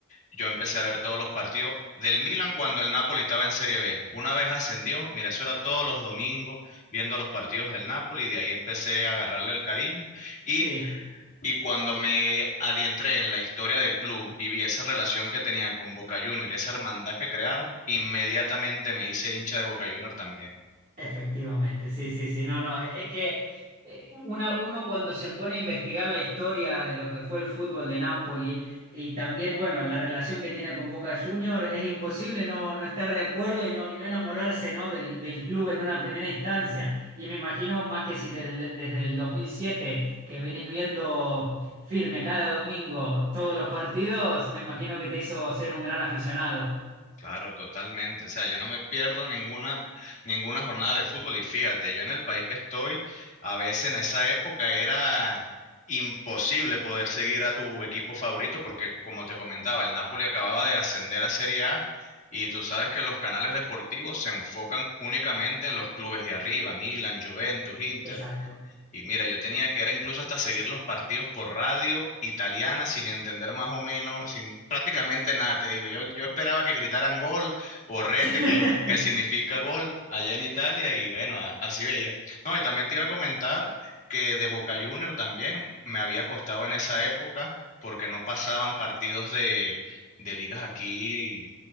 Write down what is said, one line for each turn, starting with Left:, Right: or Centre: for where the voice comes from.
Left: yo empecé a ver todos los partidos del Milan cuando el Napoli estaba en Serie B. Una vez ascendió, mira, eso era todos los domingos viendo los partidos del Napoli y de ahí empecé a agarrarle el cariño. Y,
Right: Sí.
Left: y cuando me adentré en la historia del club y vi esa relación que tenía con Boca Juniors y esa hermandad que crearon, inmediatamente me hice hincha de Boca Juniors también.
Right: Efectivamente, sí, sí, sí, no, no, es que eh, una, uno cuando se pone a investigar la historia de lo que fue el fútbol de Napoli y también, bueno, la relación que tiene con Boca Juniors, es imposible no, no estar de acuerdo y no, y no enamorarse, ¿no? del, del club en una primera instancia. Y me imagino, más que si desde, desde el 2007 que venís viendo firme cada domingo todos los partidos, me imagino que te hizo ser un gran aficionado.
Left: Claro, totalmente. O sea, yo no me pierdo ninguna, ninguna jornada de fútbol. Y fíjate, yo en el país que estoy, a veces en esa época era imposible poder seguir a tu equipo favorito porque, como te comentaba, el Napoli acababa de ascender a Serie A y tú sabes que los canales deportivos se enfocan únicamente en los clubes de arriba, Milan, Juventus, Inter.
Right: Exacto.
Left: Y mira, yo tenía que era incluso hasta seguir los partidos por radio italiana sin entender más o menos, sin prácticamente nada, te digo. Yo, yo esperaba que gritaran gol o rete,
Right: <laughs>
Left: que, que significa gol allá en Italia, y bueno, a- así veía. No, y también te iba a comentar que de Boca Junior también me había costado en esa época porque no pasaban partidos de, de ligas aquí